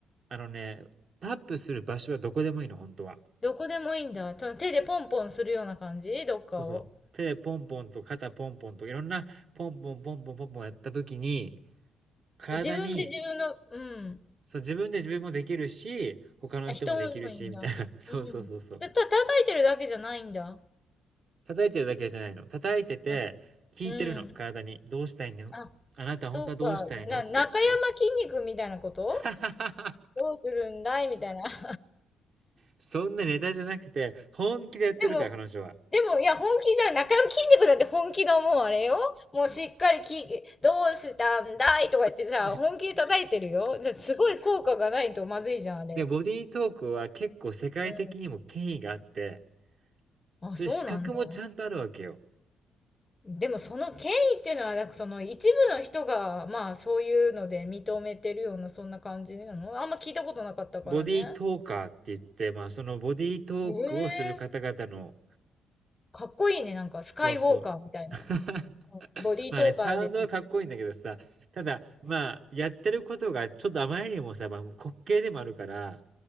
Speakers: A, on the right; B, on the left.
A: あのね、タップする場所はどこでもいいの、本当は。
B: どこでもいいんだ。その手でポンポンするような感じどっかを。
A: そうそう。手でポンポンと肩ポンポンといろんなポンポンポンポンポンポンやった時に、体に
B: 自分で自分の、うん。
A: そう、自分で自分もできるし、他の人もできるしみたいな。
B: あ、人もいいんだ。
A: <laughs> そうそうそうそう。
B: うん。た、た叩いてるだけじゃないんだ。
A: 叩いてるだけじゃないの。叩いてて、
B: な
A: 聞いてるの、
B: うん。
A: 体に。どうしたいのあなた本当はどうしたいのって。
B: あ、そうか。な、中山筋肉みたいなこと
A: <laughs>
B: どうするんだいみたいな。<laughs>
A: そんなネタじゃなくて、本気でやってるから、
B: でも、
A: 彼女は。
B: でも、いや、本気じゃん、な筋肉まんだって本気のもうあれよ。もうしっかりき、どうしたんだいとか言ってさ、
A: <laughs>
B: 本気で叩いてるよ。じゃ、すごい効果がないとまずいじゃん、あれ。
A: で、ボディートークは結構世界的にも権威があって
B: うん。あ、
A: そういう資格もちゃんとあるわけよ。
B: そうなんだ。でもその権威っていうのは、なんかその一部の人が、まあそういうので認めてるような、そんな感じなのあんま聞いたことなかったからね。
A: ボディートーカーって言って、まあ、そのボディートークをする方々の
B: へえ。かっこいいね、なんかスカイウォーカーみたいな。
A: そうそう。<laughs>
B: うんボディートーカーです。
A: まあね、サウンドはかっこいいんだけどさ、ただ、まあ、やってることがちょっとあまりにもさ、まあ、もう滑稽でもあるから、